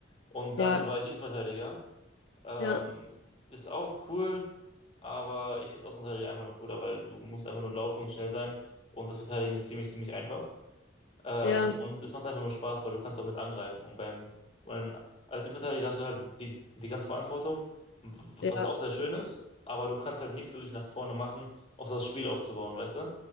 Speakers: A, on the left (about 35°); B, on the left (about 75°).
A: Und
B: ja,
A: dann war ich Innenverteidiger. Ähm,
B: ja,
A: ist auch cool, aber ich finde Außenverteidiger einfach noch cooler, weil du musst einfach nur laufen und schnell sein. Und das Verteidigen ist ziemlich, ziemlich einfach. Ähm,
B: ja,
A: und es macht einfach nur Spaß, weil du kannst auch mit angreifen. Und beim und als Innenverteidiger hast du halt die, die ganze Verantwortung, w-
B: ja,
A: was auch sehr schön ist, aber du kannst halt nichts wirklich nach vorne machen, außer das Spiel aufzubauen, weißt du?